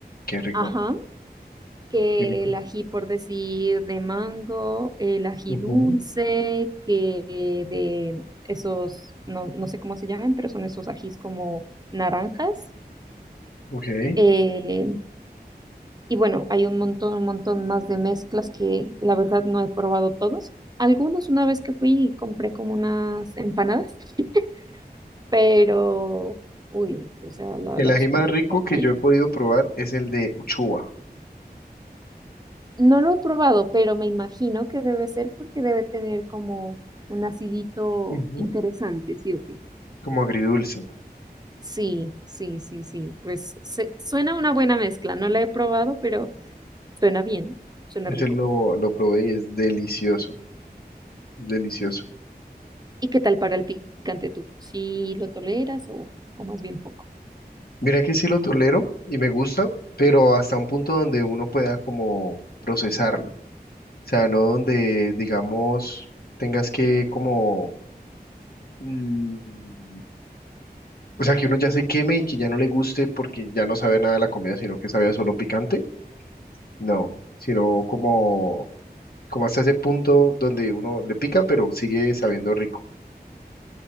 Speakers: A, on the left; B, on the right.
A: qué rico,
B: Ajá, que
A: qué rico.
B: el ají, por decir, de mango, el ají
A: Ujú,
B: dulce, que de esos, no, no sé cómo se llaman, pero son esos ajís como naranjas.
A: Ok.
B: Eh, Y bueno, hay un montón, un montón más de mezclas que la verdad no he probado todos. Algunos una vez que fui compré como unas empanadas, <laughs> pero, uy, o sea, la,
A: El
B: la opción
A: ají más
B: que
A: rico
B: te dan
A: que
B: ahí.
A: yo he podido probar es el de Uchuva.
B: No lo he probado, pero me imagino que debe ser porque debe tener como un acidito
A: Ujú,
B: interesante, ¿sí o qué?
A: Como agridulce.
B: Sí, sí, sí, sí. Pues se- suena una buena mezcla. No la he probado, pero suena bien, suena
A: Ese
B: rico.
A: lo, lo probé y es delicioso, delicioso.
B: ¿Y qué tal para el picante tú? ¿Sí lo toleras o, o más bien poco?
A: Mira que sí lo tolero y me gusta, pero hasta un punto donde uno pueda como procesarlo. O sea, no donde, digamos, tengas que como... mm, o sea, que uno ya se queme y que ya no le guste porque ya no sabe nada de la comida, sino que sabe a solo picante. No, sino como, como hasta ese punto donde uno le pica, pero sigue sabiendo rico.